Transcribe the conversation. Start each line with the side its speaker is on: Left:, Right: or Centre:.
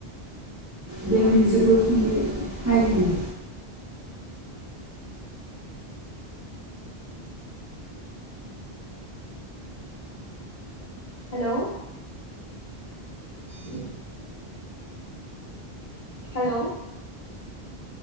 Right: بی مجز گ م فریم
Left: ہلو ج ہلو